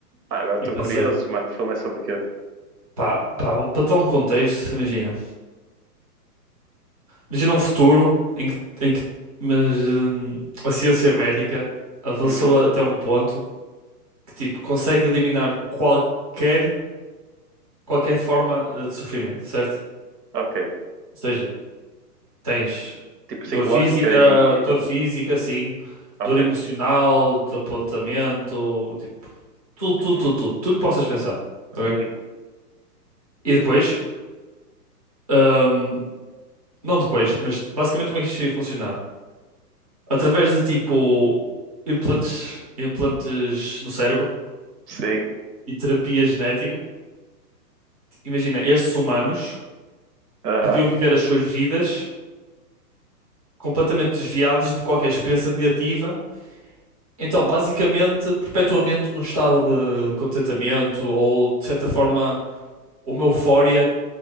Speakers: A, on the right; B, on the right.
A: Ah, agora estou
B: e pensei.
A: curioso, mano, o filme é sobre o quê?
B: Pá, pá, vou- para tal um contexto, imagina. Imagina um futuro em que, em que mas, hum, a ciência médica avançou
A: Uhum,
B: até um ponto que tipo consegue eliminar qualquer qualquer forma eh, de sofrimento, certo?
A: ok.
B: Ou seja, Tens
A: Tipo
B: dor
A: psicológica
B: física,
A: e física?
B: dor física, sim,
A: Ok.
B: dor emocional, de apontamento, tipo, tudo, tudo,
A: Uhum,
B: tudo, tudo, tudo que possas pensar. ok?
A: uhum,
B: E depois, hum, não depois, mas basicamente como é que isto ia funcionar? Através de tipo implantes, implantes no cérebro
A: sim.
B: e terapia genética, imagina, estes humanos
A: Aham.
B: podiam viver as suas vidas completamente desviados de qualquer experiência negativa Então, basicamente, perpetuamente num estado de contentamento ou, de certa forma, uma eufória